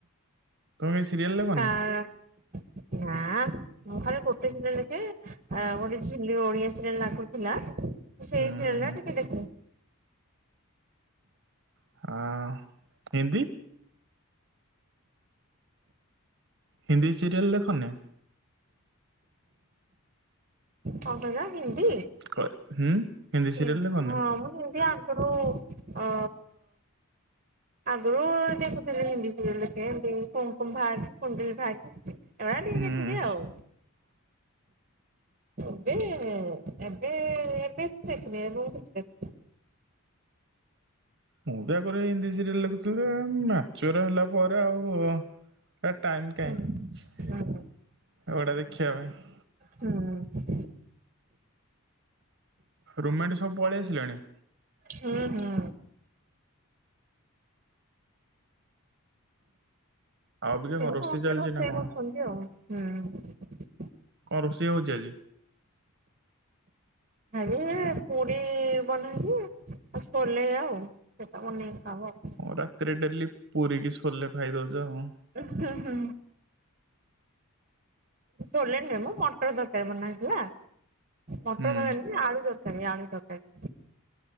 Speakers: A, on the right (about 50°); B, on the right (about 35°).
A: ତମେ କିଛି ସିରିଏଲ୍ ଦେଖ?
B: ନା ନାଁ। ମୁଁ ଖାଲି ଗୋଟେ ସିରିଏଲ ଦେଖେ ଆ ଗୋଟେ ଝିଲି ଓଡିଆ ସିରିଏଲ ଲାଗୁଥିଲା ସେଇ
A: ହୁଁ
B: ସିରିଏଲ ନା ଟିକେ ଦେଖ
A: ହଁ ହିନ୍ଦୀ ହିନ୍ଦୀ ସିରିଏଲ୍ ଦେଖନୀ
B: କଁ କଇଲ ହିନ୍ଦୀ
A: ହୁଁ ହିନ୍ଦୀ ସିରିଏଲରେ
B: ହଁ
A: ବନେ
B: ମୁଁ ହିନ୍ଦୀ ଆ ଗୁରୁ ଆଁ ଆଗୁରୁ ଦେଖୁଥିଲି ହିନ୍ଦୀ ସିରିଏଲେ ଏମତି କଁକଁ ବାହାରିଚି କୁଣ୍ଡୁଲି ଭାଗ ଏ ଟିକେ
A: ହୁଁ
B: ଦେଖିଦିଏ ଆଉ ହଁ ଏବେ ଏବେ ଏବେ <unintelligible> ଦେଖିଦିଏ <unintelligible>
A: ମୁଁ ବି ଆଗରେ ହିନ୍ଦୀ ସିରିଏଲ ଲେଖୁଥିଲି ମ୍ୟାଚୋର ହେଲା ପରେ ଆଉ ହେ ଟାଇମ
B: ହୁଁ
A: କାଇଁ
B: ହୁଁ
A: ଫଡା ଦେଖିବା ପାଇଁ
B: ହୁଁ
A: ରୁମେଟ୍ ସବୁ ପଳେଇ ଆସିଲାଣି
B: ହୁଁ ହୁଁ
A: ଆଉ ଅବିକା
B: ସେ
A: କଣ
B: ସମସ୍ତେ
A: ଚାଲିଛି
B: ରୋଷେଇ
A: ନା କଣ
B: କରୁଛନ୍ତି ଆଉ ହୁଁ
A: କଁ ରୋଷେଇ ହଉଚି ଆଜି?
B: ଆଜ୍ଞା ପୁରୀ ବନେଇଚି ଆଉ ସୋଲେଇ ଆଉ ପୋପା ବନେଇକି ଖାଇବ ଆଉ।
A: ହଁ ରାତିରେ ଡେଲି ପୁରୀକି ଛୋଲେ ଖାଇ ଦଉଚ ଆଉ।
B: ଉ ହୁଁ ହୁଁ ଛୋଲେ ନୁହେଁମ ମଟର ତରକାରୀ ବନାହେଇଥିଲା ମଟର
A: ହୁଁ
B: ଦରକାର ଆଳୁ ଦରକାର ଖାଲି ଆଳୁ ଦରକାର